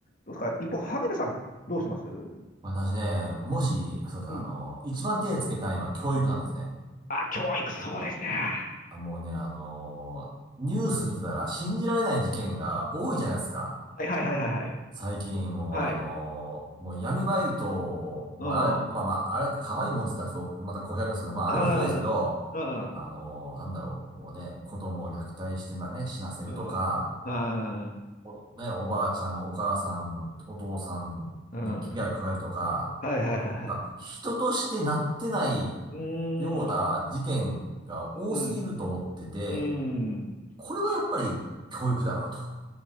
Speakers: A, on the left; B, on the right.
A: どうですか一方、萩野さん、どうしますうん。
B: 私ね、もし、そうですね、
A: うん。
B: あの、一番手つけたいのは教育なんですね。
A: あ、教育、そうですね。
B: あ、もうね、あのーニュース見てたら信じられない事件が多いじゃないですか。
A: はいはいはいはいはい。
B: 最近、もうあのーもう闇バイト、
A: はい。
B: もうあれ、
A: うん。
B: まあまあ、
A: あ
B: あれ、可愛いもんって言ったらちょっと、また語弊ありますけど、まあ、
A: あ、
B: あれもひどいですけど、
A: うん。
B: あのーなんだろう、もうね、子供を虐待してまね、死なせるとか、
A: うん。ああ、
B: おね、おばあちゃん、お母さん、お父さんに危害加えるとか、
A: うん。はいはいはいはい。
B: なんか、人としてなってない
A: うーん、
B: ような事件が多すぎると思ってて、
A: うん、うん、うん、うん。
B: これはやっぱり教育だろうと。